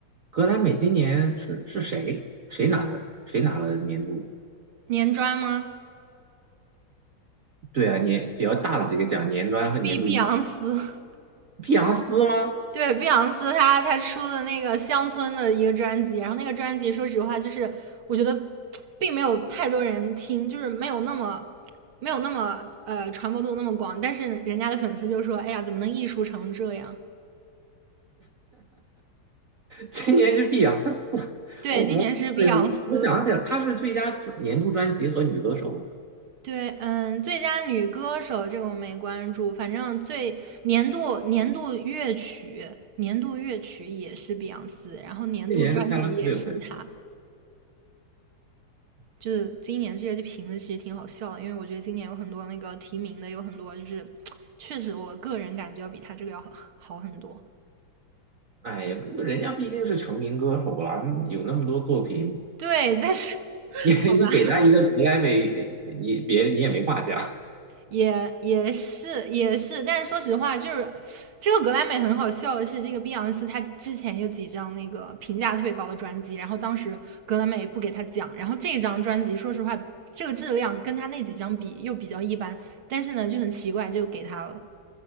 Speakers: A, on the right; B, on the right.
A: 格莱美今年是是谁谁拿的？谁拿了年度？
B: 年专吗？
A: 对啊，年比较大的几个奖，年端和年度一，
B: 碧碧昂斯，
A: 碧昂斯吗？
B: <laughs> 对，碧昂斯她她出的那个乡村的一个专辑，然后那个专辑说实话就是我觉得并没有太多人听，就是没有那么没有那么呃传播度那么广，但是人家的粉丝就说，哎呀，怎么能艺术成这样？
A: 今年是碧昂斯 <laughs> 我
B: 对，
A: 哦我对我我讲起来，
B: 今年是碧昂斯，
A: 她是最佳年度专辑和女歌手嘛，
B: 对，嗯，最佳女歌手这个我没关注，反正最年度年度乐曲，年度乐曲也是碧昂斯，然后年度专辑也是她。
A: 去年是 Taylor Swift。
B: 就是今年这些评的其实挺好笑的，因为我觉得今年有很多那个提名的有很多，就是确实我个人感觉要比她这个要好好很多。
A: 哎呀，不过人家毕竟是成名歌手了，有那么多作品，
B: 对，但是 <laughs>
A: 你你给她一个格莱美，
B: 好吧，
A: 呃你别你也没话讲。
B: 也也是也是，但是说实话，就是这个格莱美很好笑的是，这个碧昂斯她之前有几张那个评价特别高的专辑，然后当时格莱美不给他讲，然后这张专辑说实话，这个质量跟他那几张比又比较一般，但是呢就很奇怪就给他了